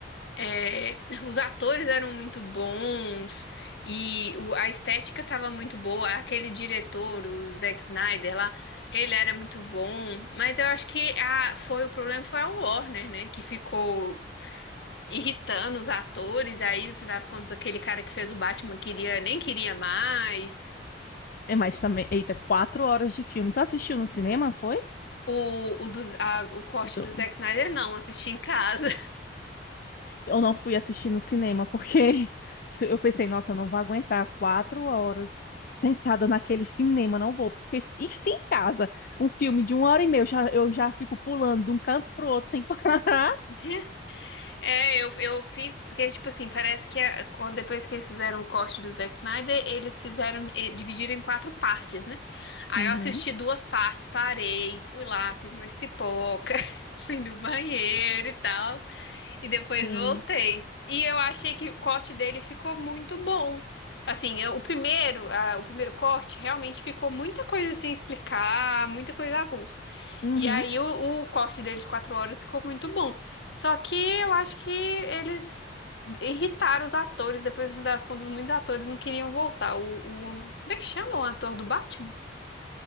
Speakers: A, on the left; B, on the left.
A: É, <laughs> os atores eram muito bons e o- a estética estava muito boa. Aquele diretor, o Zack Snyder lá, ele era muito bom. Mas eu acho que a, foi o problema foi a Warner, né? Que ficou irritando os atores. Aí, no final das contas, aquele cara que fez o Batman queria nem queria mais.
B: É, mas também, eita, quatro horas de filme. Tu assistiu no cinema, foi?
A: O, o, dos- a- o corte
B: Então,
A: do Zack Snyder, não, assisti em casa.
B: Eu não fui assistir no cinema porque <laughs> eu pensei, nossa, eu não vou aguentar quatro horas sentada naquele cinema, não vou. Porque se- e se em casa, um filme de uma hora e meia, eu já, eu já fico pulando de um canto pro outro sem <laughs> parar.
A: <laughs> É, eu, eu fiz, porque, tipo assim, parece que a- quando, depois que eles fizeram o corte do Zack Snyder, eles fizeram, eh, dividiram em quatro partes, né? Aí
B: Uhum,
A: eu assisti duas partes, parei, fui lá, fiz mais pipoca, <laughs> fui no banheiro e tal, e depois
B: sim.
A: voltei. E eu achei que o corte dele ficou muito bom. Assim, eu- o primeiro, ah, o primeiro corte realmente ficou muita coisa sem explicar, muita coisa avulsa.
B: Uhum.
A: E aí o, o corte deles de quatro horas ficou muito bom. Só que eu acho que eles irritaram os atores. Depois, no fim das contas, muitos atores não queriam voltar. O, o- como é que chama o ator do Batman?